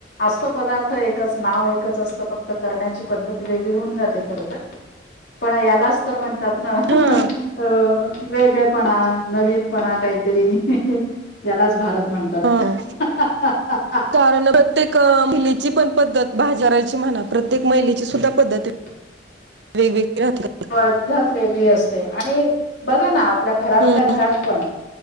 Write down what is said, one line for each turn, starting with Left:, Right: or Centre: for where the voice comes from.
Left: असतो पदार्थ एकच नाव एकच असत फक्त करण्याची पद्धत वेगळी होऊन जाते खर तर पण यालाच तर म्हणतात ना.
Right: हा
Left: हो वेगळ पणा, नवीनपणा काहीतरी यालाच भारत म्हणतात.
Right: हा
Left: हा
Right: कारण प्रत्येक महिलेची पण पद्धत भाजारायची म्हणा प्रत्येक महिलेची सुद्धा पद्धत
Left: <inaudible>
Right: वेगवेगळ राहतात.
Left: पद्धत वेगळी असते आणि बघा ना आपल्या घरातल्या
Right: हम्म
Left: घरात पण